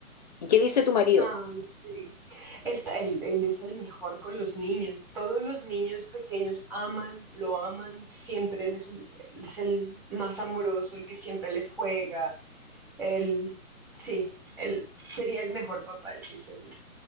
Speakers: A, on the left; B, in the centre.
A: ¿Y qué dice tu marido?
B: Ay, sí. Él, ta- él- él es el mejor con los niños. Todos los niños pequeños aman, lo aman. Siempre él es el, él es el más amoroso, el que siempre les juega. Él, sí, él sería el mejor papá, estoy segura.